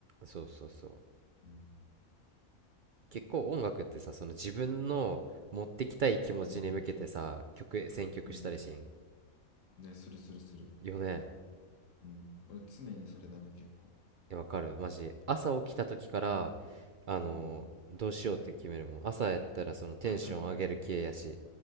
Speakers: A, on the right; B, on the left.
A: そうそうそう。
B: うん
A: 結構音楽ってさ、その自分の持ってきたい気持ちに向けてさ、
B: うん。
A: 曲、選曲したりしん。
B: うん。ね、するするする。
A: よね。
B: うん。俺常にそれだね、結構。
A: え、わかる。マジ。朝起きた時から、あの、
B: うん。
A: どうしようって決めるもん。朝やったらそのテンション上げる系やし。
B: <laughs> わかる。